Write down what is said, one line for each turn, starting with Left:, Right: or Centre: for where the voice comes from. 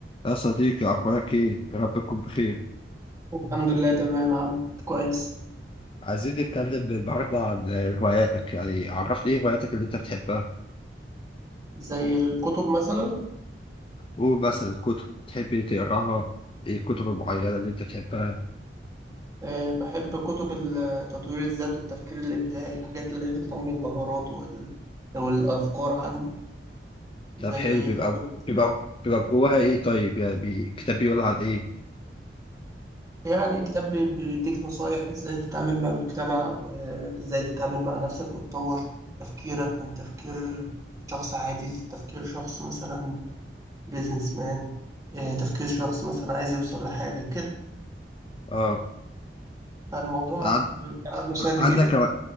Left: يا صديقي أخبارك إيه؟ يا رب تكون بخير،
Right: الحمد لله تمام عم كويس
Left: عايزين نتكلم النهاردة عن هواياتك، يعني عرفني إيه هواياتك اللي أنت بتحبها،
Right: زي الكتب مثلا
Left: قول مثلا الكتب، تحب تقراها، إيه الكتب المعينة اللي أنت بتحبها،
Right: أه بحب كتب ال- تطوير الذات والتفكير الإبداعي الحاجات اللي هي بتنمي المهارات وال... والأفكار عندي زي
Left: طب حلو بيبقى
Right: فكرة
Left: بيبقى بيبقى جواها إيه طيب؟ يعني بي- كتاب بيقول عن إيه؟
Right: يعني كتاب بي- بيديك نصايح إزاي تتعامل مع المجتمع وإزاي تتعامل مع نفسك وتطور تفكيرك من تفكير شخص عادي لتفكير شخص مثلا بيزنس مان أه تفكير شخص مثلا عايز يوصل لحاجة كده
Left: آه
Right: فالموضوع
Left: عن-
Right: بيبقى مسلي
Left: عندك
Right: جدا
Left: هوا-